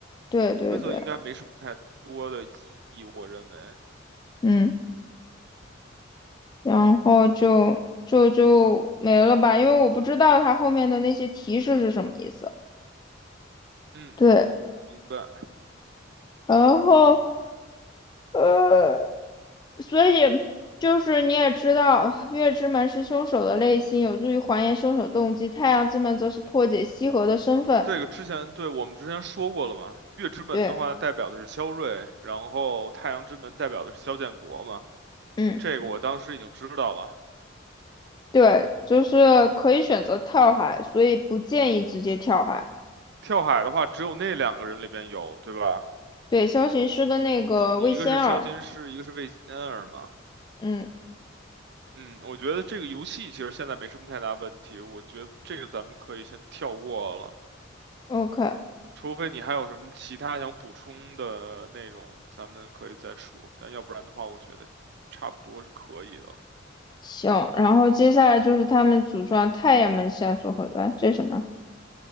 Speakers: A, on the left (about 20°); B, on the right (about 60°).
A: 对对对，
B: 规则应该没什么太多的意义，我认为。
A: 嗯，然后就就就没了吧，因为我不知道他后面的那些提示是什么意思。
B: 嗯，
A: 对，
B: 我明白。
A: 然后呃。所以就是你也知道，月之门是凶手的内心，有助于还原凶手动机；太阳之门则是破解西河的身份。
B: 这个之前对我们之前说过了嘛，月之门的话代表的是萧睿，
A: 对，
B: 然后太阳之门代表的是萧建国嘛，
A: 嗯，
B: 这个我当时已经知道了。
A: 对，就是可以选择跳海，所以不建议直接跳海。
B: 跳海的话，只有那两个人里边有，对吧？
A: 对，萧行师的那个魏仙儿，
B: 一一个是萧金师，一个是魏仙儿嘛。
A: 嗯
B: 嗯，我觉得这个游戏其实现在没什么太大问题，我觉得这个咱们可以先跳过了，
A: ，OK，
B: 除非你还有什么其他想补充的内容，咱们可以再说。但要不然的话，我觉得差不多是可以的
A: 行。然后接下来就是他们组装太阳门线索和，哎，这是什么？